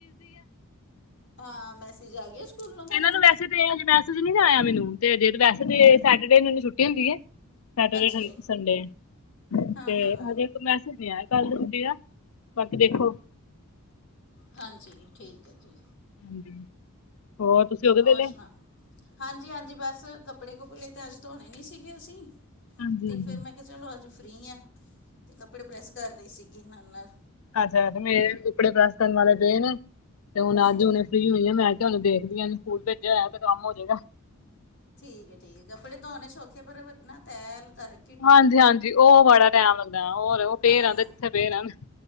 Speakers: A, on the left (about 55°); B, on the left (about 75°).
A: ਹਾਂ ਮੈਸਜ ਆ ਗਿਆ। ਸਕੂਲੋਂ ਤੁਹਾਨੂੰ
B: ਇਹਨਾਂ ਨੂੰ ਵੈਸੇੇ ਤੇ ਮੈਸੇਜ ਨਈ ਆਯਾ ਮੈਂਨੂੰ, ਜੇ ਵੈਸੇ ਤੇ ਸੈਚਰਡੇ ਨੂੰ ਛੁੱਟੀ ਹੁੰਦੀ ਏ। ਸੈਟਰਡੇ,
A: ਅੱਛਾ ਜੀ
B: ਸੰਡੇ
A: ਹਾਂ
B: ਤੇ
A: ਹਾਂ
B: ਹਜੇ ਮੈਸੇਜ ਨਹੀਂ ਆਇਆ ਕੱਲ ਦੀ ਛੁੱਟੀ ਦਾ, ਬਾਕੀ ਦੇਖੋ।
A: ਹਾਂਜੀ, ਠੀਕ ਏ ਜੀ।
B: ਹਾਂਜੀ। ਹੋਰ ਤੁਸੀਂ ਹੋ ਗਏ
A: ਹੋਰ
B: ਵੇਲੇ
A: ਸੁਣਾ ਹਾਂਜੀ- ਹਾਂਜੀ ਬਸ ਕੱਪੜੇ- ਕੁਪੜੇ ਤਾਂ ਅੱਜ ਧੋਣੇ ਨਹੀਂ ਸੀਗੇ ਅਸੀ।
B: ਹਾਂਜੀ
A: ਤੇ
B: ਹਾਂਜੀ
A: ਫੇਰ ਮੈਂ ਕਿਹਾ ਚਲੋ ਅੱਜ ਫ੍ਰਰੀ ਆ, ਤੇ ਕੱਪੜੇ ਪ੍ਰੈਸ ਕਰ ਰਹੀ ਸੀਗੀ ਨਾਲ- ਨਾਲ।
B: ਅੱਛਾ-ਅਛਾ ਮੇਰੇ ਕਪੜੇ ਪ੍ਰੈਸ ਕਰਨ ਵਾਲੇ ਗੇ ਨੇ, ਤੇ ਓਹ
A: ਹਾਂਜੀ
B: ਅੱਜ ਹੁਨੇ ਫੀ੍ ਹੋਈ ਆਂ, ਮੈਂ ਕਿਹਾ ਹੁਣ ਦੇਖਦੀ ਹਾਂ ਕਿ ਸਕੂਲ ਭੇਜਿਆ ਹੋਇਆ ਤੇ ਕੰਮ ਹੋ ਜਾਏਗਾ।
A: ਠੀਕ ਏ-ਠੀਕ ਏ ਕੱਪੜੇ ਧੋਉਣੇ ਸੌਖੇ ਪਰ ਨਾ ਤੈਯ ਲਗਾਣੇ
B: ਹਾਂਜੀ- ਹਾਂਜੀ ਉਹ ਬੜਾ ਟੈਮ ਲੱਗਦਾ। ਹਾਂ ਹੋਰ ਔ ਪਏ
A: ਹਾਂ
B: ਰਹਿੰਦੇ ਜਿੱਥੇ ਪਏ ਰਹਣ।